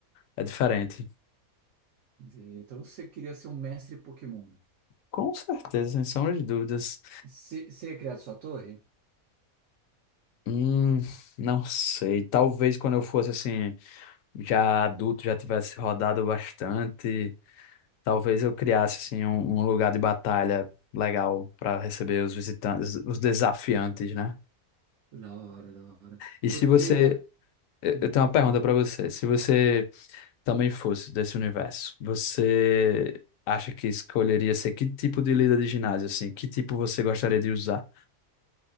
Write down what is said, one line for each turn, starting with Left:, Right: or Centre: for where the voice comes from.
Left: É diferente.
Right: Entendi. Então você queria ser um mestre Pokémon.
Left: Com certeza, sem sombra de dúvidas.
Right: Você você ia criar sua torre?
Left: Hum, não sei. Talvez quando eu fosse, assim, já adulto, já tivesse rodado bastante. Talvez eu criasse assim um, um lugar de batalha legal para receber os visitantes, os desafiantes, né?
Right: Da hora, da hora.
Left: E
Right: Porque,
Left: se você,
Right: ah,
Left: eu
Right: hum,
Left: eu tenho
Right: pode
Left: uma pergunta
Right: falar.
Left: para você. Se você também fosse desse universo, você acha que escolheria ser que tipo de líder de ginásio assim? Que tipo você gostaria de usar?